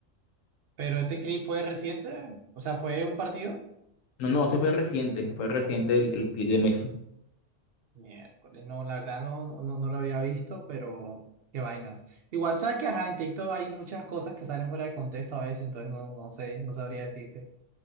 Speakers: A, on the right; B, on the left.
A: Pero ese clip fue reciente, o sea, fue un partido.
B: No, no, eso fue reciente, fue reciente el, el clip de Messi.
A: Miércoles, no, la verdad no, no, no no lo había visto, pero qué vainas. Igual sabes que ajá, en TikTok hay muchas cosas que salen fuera de contexto a veces, entonces no, no sé, no sabría decirte.